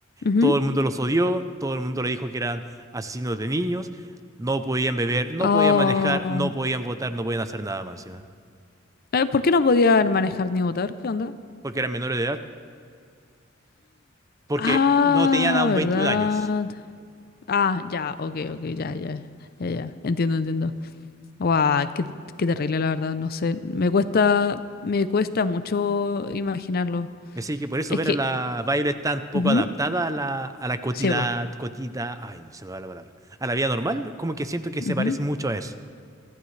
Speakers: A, on the left; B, on the right.
A: ujú.
B: todo el mundo los odió, todo el mundo le dijo que eran asesinos de niños, no podían beber, no
A: Oh.
B: podían manejar, no podían votar, no podían hacer nada más encima,
A: Eh, ¿por qué no podía manejar ni votar? ¿Qué onda?
B: porque eran menores de edad, porque
A: Ah,
B: no tenían aún
A: ¿verdad?
B: 21 años.
A: Ah, ya, ok, ok, ya, ya, ya, ya, ya. Entiendo, entiendo. Guau, qué, qué terrible, la verdad, no sé. Me cuesta, me cuesta mucho imaginarlo.
B: Así que por eso
A: Es
B: ver
A: que,
B: a la Violet tan poco
A: ujú,
B: adaptada a la, a la cotida,
A: Sí,
B: cotida, ay, no se me va la palabra, a la vida normal, como que siento que
A: vos.
B: se parece mucho a eso.